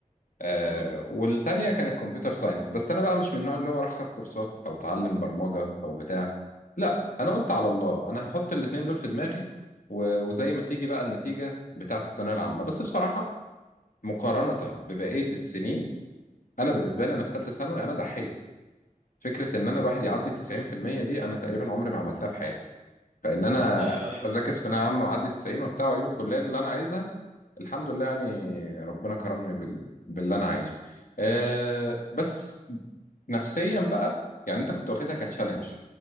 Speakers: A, on the left; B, on the right.
A: آه
B: امم
A: والتانية كانت كمبيوتر ساينس بس أنا بقى مش من النوع اللي هو راح أخد كورسات أو أتعلم برمجة أو بتاع لا أنا قلت على الله أنا هحط الاتنين دول في دماغي و- وزي ما تيجي بقى النتيجة بتاعت الثانوية العامة بس بصراحة مقارنة ببقية السنين أنا بالنسبة لي أنا في ثالثة ثانوي أنا ضحيت فكرة إن أنا الواحد يعدي التسعين في المية دي أنا تقريبا عمري ما عملتها في حياتي فإن أنا
B: ايوه ايوه
A: أذاكر في ثانوية عامة وأعدي التسعين وبتاع وأجيب الكلية اللي أنا عايزها الحمد لله يعني ربنا كرمني بال... باللي أنا عايزه أه بس نفسيا بقى يعني أنت كنت واخدها كتشالنج